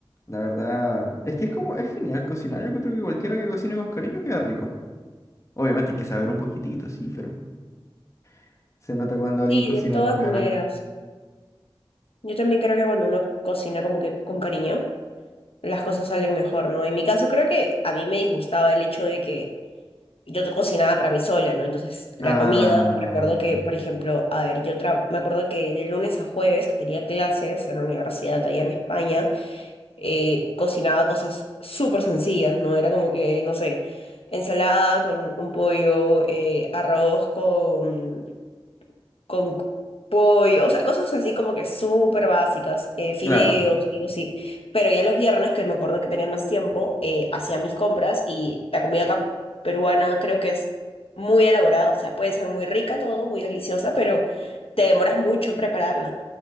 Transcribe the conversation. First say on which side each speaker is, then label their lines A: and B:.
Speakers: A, on the left; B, on the left.
A: La verdad, es que es como, es genial cocinar. Yo creo que cualquiera que cocine con cariño queda rico. Obviamente hay que saber un poquitito, sí, pero <laughs> se nota cuando alguien
B: Sí,
A: cocina
B: de todas
A: con ganas.
B: maneras. Yo también creo que cuando uno cocina como que con cariño, las cosas salen mejor, ¿no? En mi caso creo que a mí me disgustaba el hecho de que yo to- cocinaba para mí sola, ¿no? Entonces, la
A: Ah,
B: comida, me acuerdo que, por ejemplo, a ver, yo tra- me acuerdo que de lunes a jueves, que tenía clases en la universidad allá en España, eh, cocinaba cosas súper sencillas, ¿no? Era como que, no sé, ensalada con un pollo, eh, arroz con con pollo, o sea, cosas así como que súper básicas, eh, fideos,
A: claro,
B: algo así. Pero ya los viernes, que me acuerdo que tenía más tiempo, eh, hacía mis compras y la comida acá peruana creo que es muy elaborada, o sea, puede ser muy rica todo, muy deliciosa, pero te demoras mucho en prepararla.